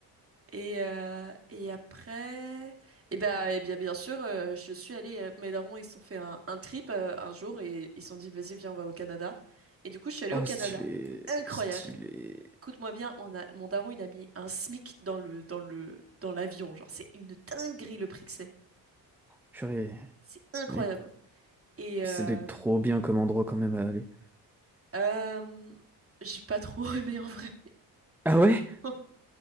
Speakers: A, on the right; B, in the centre.
A: Et, euh, et après, et ben, eh bien, bien sûr, euh, je suis allée. euh, mes darons, ils se sont fait un, un trip euh, un jour et ils se sont dit, vas-y, viens, on va au Canada. Et du coup, je suis allée
B: Oh,
A: au Canada.
B: stylé,
A: Incroyable.
B: stylé.
A: Écoute-moi bien, on a, mon daron, il a mis un SMIC dans le, dans le, dans l'avion. Genre, c'est une dinguerie le prix que c'est.
B: Purée,
A: C'est incroyable.
B: mais
A: Et euh,
B: c'était trop bien comme endroit quand même à aller.
A: euh, j'ai pas trop <laughs> aimé en vrai.
B: Ah ouais? <laughs>
A: <laughs>